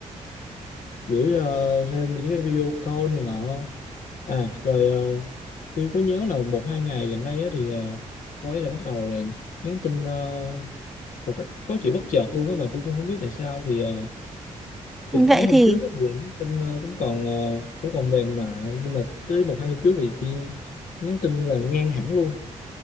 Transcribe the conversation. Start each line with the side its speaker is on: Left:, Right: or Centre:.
Left: gửi ờ, thêm những cái video call này nọ à rồi ờ, tôi có nhớ là một hai ngày gần đây á, thì ờ, cô ấy là bắt đầu là nhắn tin ờ, một cách khó chịu bất chợt luôn á mà tôi cũng không biết tại sao thì ờ,
Centre: <clears throat>
Left: Thì
Centre: vậy
Left: mấy hôm
Centre: thì
Left: trước á, Quỳnh nhắn tin ờ, cũng còn ờ, cũng còn mềm mại nhưng mà tới một hai hôm trước thì, thì nhắn tin là ngang hẳn luôn